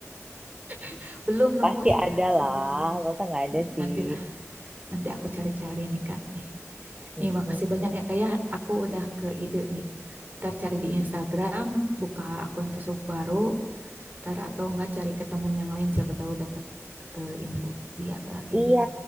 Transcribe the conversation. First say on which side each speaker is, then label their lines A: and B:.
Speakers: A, on the right; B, on the right.
A: <laughs> belum nemu
B: Pasti
A: sih
B: ada
A: kak sebenarnya
B: lah, masa nggak ada
A: Nah,
B: sih.
A: nanti Nanti aku cari-cari nih Kak nih.
B: Mm-mm.
A: Nih makasih banyak ya Kak ya. Aku udah ke ide nih. Ntar cari di Instagram, buka akun Facebook baru, ntar atau enggak cari ke temen yang lain siapa tahu dapat info dia lagi
B: Iya,
A: nih.